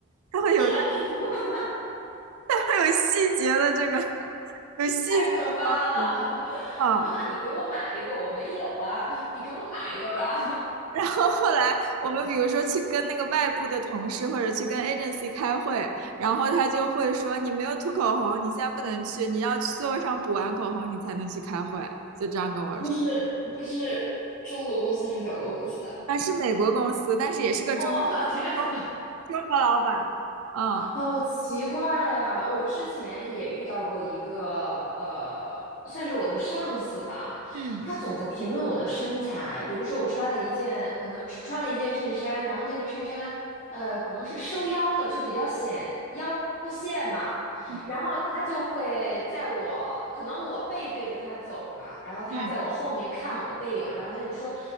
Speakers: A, on the right; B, on the left.
A: 他会有那，
B: 天哪，
A: <laughs> 他会有细节的这个，
B: <laughs>
A: 有细节
B: 太可怕了！
A: 的
B: <laughs>
A: 啊。
B: 你说，那你给我买一个，我没有啊，你给我买一个吧。
A: 然后后来我们比如说去跟那个外部的同事或者去跟 agency 开会，然后他就会说你没有涂口红，你现在不能去，你要去座位上补完口红，你才能去开会。就这样跟我说。
B: <laughs> 它是它是中国公司还是法国公司啊？
A: 啊，是美国公司，但是也是个中
B: 哦，天哪！
A: 中中国老板。嗯，
B: 好奇怪呀！我之前也遇到过一个，呃，算是我的上司吧，
A: 嗯
B: 他总在评论我的身材。比如说，我穿了一件，可能穿了一件衬衫，然后那个衬衫，呃，可能是收腰的，就比较显腰线嘛。
A: 嗯
B: 然后他就会在我，可能我背对着他走吧，然后他在我后面看我的背影，
A: 嗯，
B: 然后他就说：